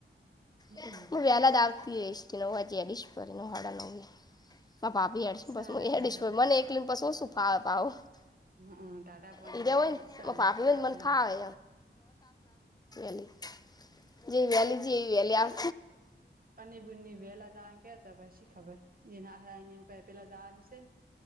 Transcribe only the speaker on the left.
હવે
હું વેલા જ આવતી રઈશ <unintelligible> આ ભાભી એડસ
એશ મને એક લિમ્સ શ શું ફાવે ભાવ?
એરિયા
હોય
ભાભી હોય
ન મને ફાવે <unintelligible>
જે વેલી જે એવી વેલી આવ.